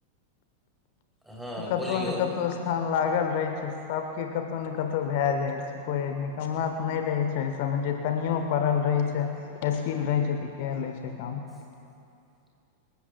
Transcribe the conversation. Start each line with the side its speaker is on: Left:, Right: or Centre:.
Centre: हँ
Left: कतोउ
Centre: बोलियौ
Left: ने कतोउ स्थान लाग ल रहैइ छैइ सबके कतहु ने कतहु भए जाइ छैइ कोई निकम्मा त नई रहै छैइ ओ सबमे ज कनियो पढ़ल रहैइ छैइ स्किल रहैइ छैइ तऽ कय लैइ छैइ काम
Centre: <inaudible>